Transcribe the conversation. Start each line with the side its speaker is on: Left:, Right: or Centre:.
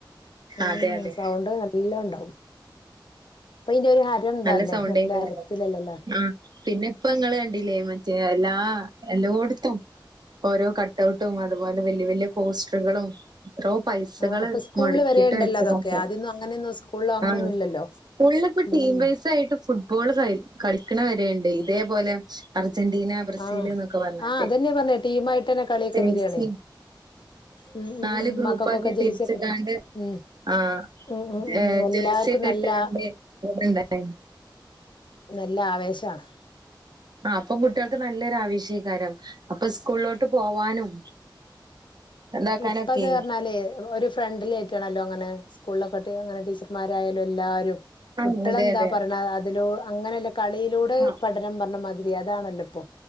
Left: ഉം
Right: അതെ അതെ.
Left: സൗണ്ട് നല്ലോം ഉണ്ടാവും <unintelligible> എന്താല്ലേ
Right: നല്ല സൗണ്ടയ്ക്കാരം
Left: ഹരത്തിലല്ലല്ലോ
Right: ആ പിന്നെ ഇപ്പങ്ങള് കണ്ടില്ലേ മ റ്റെ എല്ലാ എല്ലോടുത്തും ഓരോ കട്ടൗട്ടും അതു പോലെ വല്യ വലിയ പോസ്റ്ററുകളും എത്രോ പൈസകള്
Left: ആ അപ്പൊ സ്കൂളിൽ
Right: മൊടക്കിട്ട്
Left: വരെയുണ്ടല്ലോ
Right: വെച്ചതാക്കാരം
Left: അതൊക്കെ അദ്യൊന്നും അങ്ങനെയൊന്നും സ്കൂളിൽ അങ്ങനെയൊന്നും
Right: ആഹ്
Left: ഇല്ലല്ലോ
Right: ഫുള്ളിപ്പ
Left: ഉം
Right: ടീം വൈസ് ആയിട്ട് ഫുട്ബോള് ക കളിക്കണ ണ്ട് ഇതേപോലെ അർജ ജന്റീന ബ്രസീൽ
Left: ആഹ്
Right: എന്നൊക്കെ പറഞ്ഞാണ്ട്
Left: ആഹ് അതന്നെ പറഞ്ഞെ ടീമായിട്ടന്നെ കളിയൊക്കെ
Right: ജേഴ്സി
Left: വരാണേ ഉം ഉം
Right: നാല്
Left: ഉം
Right: ഗ്രൂപ്പാക്കി
Left: മക്കൾക്കൊക്കെ ജേഴ്സി
Right: തിരിച്ച്ങ്ങാണ്ട്
Left: ഒക്കെ ഇട്ട് ഉം
Right: ആ
Left: ഉം ഉം
Right: ജെ
Left: ഉം എല്ലാർക്കും
Right: ജേഴ്സിയൊക്കെ
Left: നല്ല
Right: ഇട്ട്ങ്ങാണ്ട് <unintelligible>
Left: നല്ല ആവേശാണ്
Right: ആ അപ്പം കുട്ടികൾക്ക് നല്ലൊരു ആവേശയ്ക്കാരം അപ്പം സ്കൂളിലോട്ട് പോവാനും ഇതാക്കാനൊക്കെ
Left: ഇപ്പ അത് പറഞ്ഞാലേ ഒരു ഫ്രണ്ടിലിയായിട്ടാണല്ലോ അങ്ങനെ <unintelligible> ടീച്ചർ മാരായാലും എല്ലാവരും
Right: ആഹ്
Left: കുട്ടികളെന്താ
Right: അതെ അതെ
Left: പറെണെ അതിലൂ അങ്ങനെ അല്ല കളിയിലൂടെ
Right: ആ
Left: പഠനം പറഞ്ഞമ പുതി അതാണല്ലോ ഇപ്പൊ